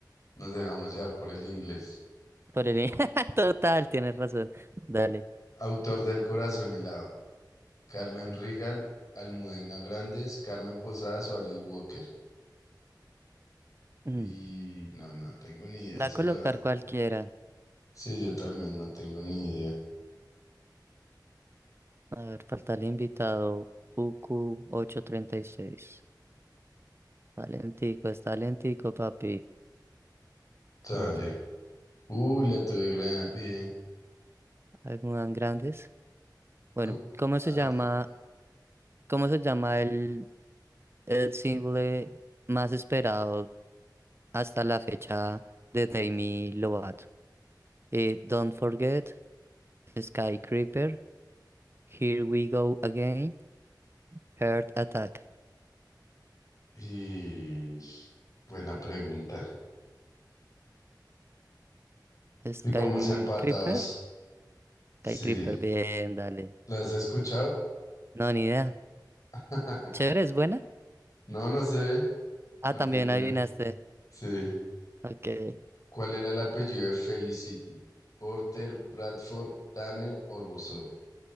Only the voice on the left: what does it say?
nos dejamos llevar por el inglés.
Autor del Corazón helado. Carmen Rigal, Almudena Grandes, Carmen Posadas o Alice Walker. Y
no, no tengo ni idea. de
Esa
la...
Sí, yo también no tengo ni idea.
Dale.
Uy, la tuve gran... bien.
Cu-
ah, no,
te toca.
Y buena pregunta. Uy,
vamos empatados.
Sí,
¿las has escuchado?
<laughs>
No, no sé.
No
tengo ni.
Sí.
¿Cuál era el apellido de Felicity? ¿Porter, Bradford, Tanner o Rousseau?